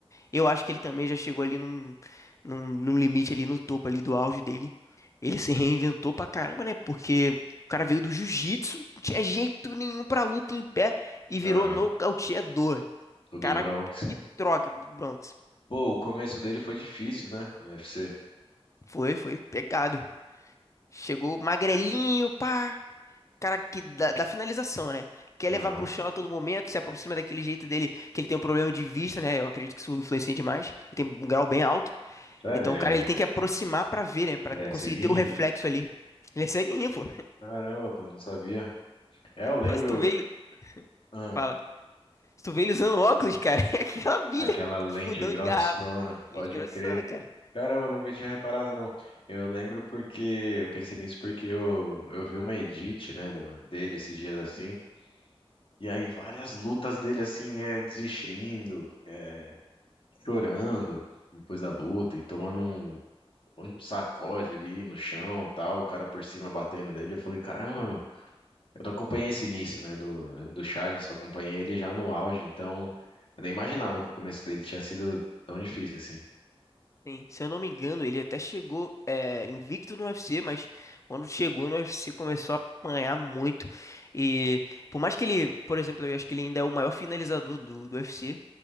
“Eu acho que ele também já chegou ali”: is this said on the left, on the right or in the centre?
Left